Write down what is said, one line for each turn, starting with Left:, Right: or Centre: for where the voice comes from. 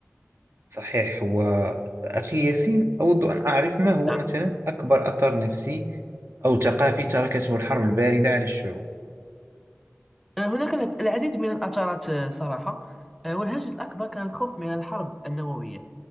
Right: صحيح وأخي ياسين أود أن أعرف ما هو
Centre: نعم.
Right: مثلا أكبر أثر نفسي أو ثقافي تركته الحرب الباردة على الشعوب
Centre: آه، هناك لك- العديد من الآثارات آه، صراحة آه، والهاجس الأكبر كان الخوف من الحرب النووية